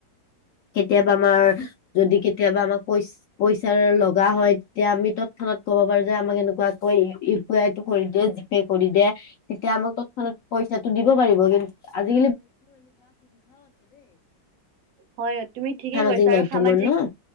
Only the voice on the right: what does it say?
হয় তুমি ঠিকেই
কৈছা
আৰু সামাজিক